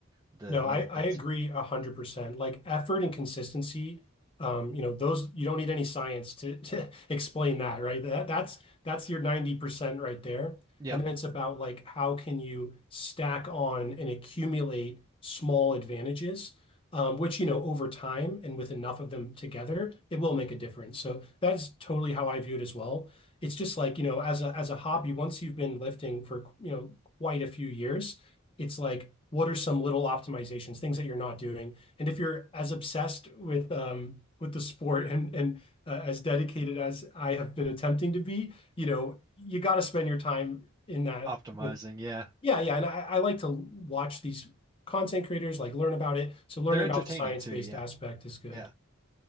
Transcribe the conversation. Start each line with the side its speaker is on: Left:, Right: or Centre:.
Right: the
Left: No,
Right: little
Left: I, I
Right: bits.
Left: agree
Right: But,
Left: 100%. Like effort and consistency, um, you know, those you don't need any science to to <laughs> explain that, right? That that's that's your 90% right there.
Right: yep,
Left: And then it's about like how can you stack on and accumulate small advantages, um, which, you know, over time and with enough of them together, it will make a difference. So that's totally how I view it as well. It's just like, you know, as a as a hobby, once you've been lifting for, you know, quite a few years it's like, what are some little optimizations, things that you're not doing? And if you're as obsessed with um with the sport <laughs> and and uh, as dedicated as I have been attempting to be, you know, you got to spend your time in that
Right: optimizing.
Left: with,
Right: Yeah,
Left: yeah, yeah. And I I like to watch these content creators, like learn about it. So learning
Right: they're entertaining
Left: about the science-based
Right: too. Yeah,
Left: aspect is good.
Right: yeah.